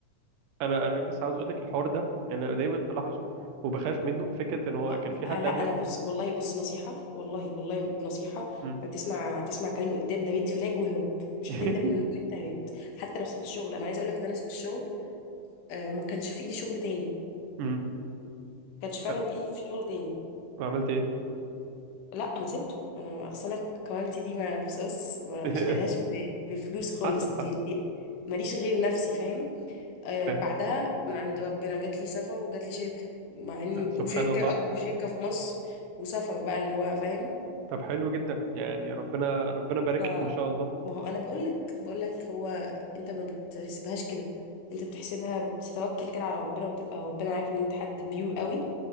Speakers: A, on the right; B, on the left.
A: انا انا لسه عاوز اقول لك الحوار ده انا دايما بلاحظه وبخاف منه فكره ان هو
B: أه
A: كان في حد
B: آه، لا
A: قبل
B: انا بص والله بص نصيحه والله والله نصيحه
A: مم.
B: هتسمع هتسمع كلامي قدام ده بيت فلاج وهرب مش
A: <laughs>
B: هتندم ان انت هربت حتى لو سبت الشغل انا عايزه اقول لك ان انا سبت الشغل آه وما كانش في ايدي شغل تاني ما
A: مم.
B: كانش فعلا
A: أه،
B: في ايدي في شغل تاني
A: وعملت ايه
B: لا انا سبته انا اصل انا كوالتي دي ما بصص ما
A: <laughs>
B: ما اشتريهاش ب- بفلوس خالص
A: حصل حصل
B: دي دي ماليش غير نفسي فاهم آه
A: ف...
B: بعدها من عند ربنا جات لي سفر وجات لي شركه مع اني
A: سبحان
B: وشركه
A: الله
B: اكبر شركه في مصر وسفر بقى اللي هو فاهم
A: طب حلو جدا يعني ربنا ربنا بارك
B: ف
A: لك ما شاء الله
B: ما هو انا بقول لك بقول لك هو انت ما بتحسبهاش كده انت بتحسبها بتتوكل كده على ربنا وتبقى ربنا عارف ان انت حد بيو قوي